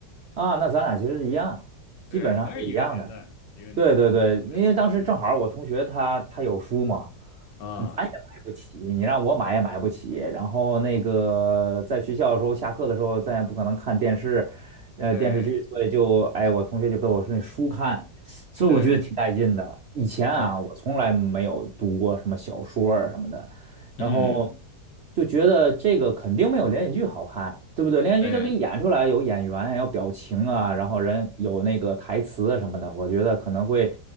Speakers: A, on the right; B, on the left.
A: 啊，那咱俩其实是一样，基本上是一样的。
B: 对，应该是一个年代一个年代的人，
A: 对对对，
B: 没错没错
A: 因为当时正好儿我同学他他有书嘛，
B: 啊，
A: 嗯咱也买不起，你让我买也买不起。然后那个在学校的时候，下课的时候咱也不可能看电视，呃电视剧，
B: 对
A: 所以就哎我同学就给我说那书看，所以我觉得挺带劲的。
B: 对，
A: 以前啊，
B: 对，
A: 我从来没有读过什么小说啊什么的。然后
B: 嗯，
A: 就觉得这个肯定没有连续剧好看，对不对？连续剧它给你演出来有演员，
B: 对。
A: 有表情啊，然后人有那个台词啊什么的，我觉得可能会